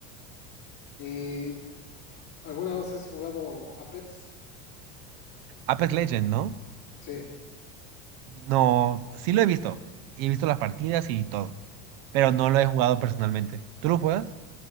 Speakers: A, on the left; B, on the right.
A: ¿Y alguna vez has jugado Apex?
B: Apex Legends, ¿no?
A: Sí,
B: No, sí lo he visto, y he visto las partidas y todo, pero no lo he jugado personalmente. ¿Tú lo juegas?